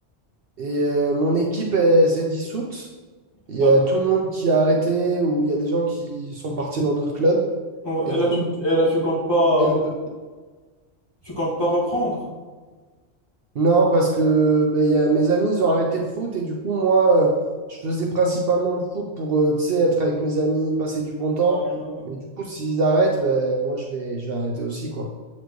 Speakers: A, on the right; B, on the left.
A: Et euh, mon équipe, elle s'est dissoute. Il
B: d'accord.
A: y a tout le monde qui a arrêté ou il y a des gens qui sont partis dans d'autres clubs.
B: Ouais,
A: Et du
B: et là,
A: coup,
B: tu,
A: bah,
B: et là, tu comptes pas,
A: j'étais un peu-
B: tu comptes pas reprendre.
A: non, parce que bah, il y a mes amis, ils ont arrêté le foot. Et du coup, moi, euh, je faisais principalement le foot pour euh, tu sais, être avec mes amis, passer du bon temps.
B: Ah ouais,
A: Mais du coup, s'ils arrêtent, ben moi, je vais, je vais arrêter aussi, quoi.